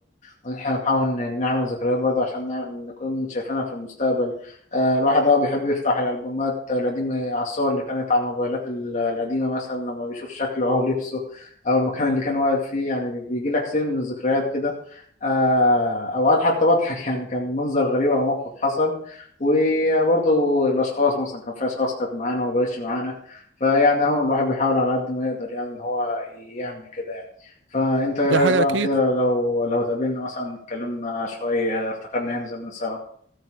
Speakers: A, on the left; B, on the right.
A: وان احنا نحاول ن- نعمل ذكريات برضه عشان نعمل نكون شايفينها في المستقبل آه، الواحد اه بيحب يفتح الألبومات القديمة على الصور اللي كانت على الموبايلات ال- القديمة مثلا لما بيشوف شكله أو لبسه أو المكان اللي كان واقف فيه يعني بي- بيجي لك سيل من الذكريات كده آه، أوقات حتى بضحك <laughs> يعني كان منظر غريب أو موقف حصل وبرضه الأشخاص مثلا كان في أشخاص كانت معانا ومبقتش معانا فيعني أهو الواحد بيحاول على قد ما يقدر يعني إن هو يعمل كده يعني. فانت ايه رايك
B: دي حاجه
A: بقى
B: اكيد
A: كده لو لو اتقابلنا مثلا اتكلمنا شويه افتكرنا ايام زمان سوا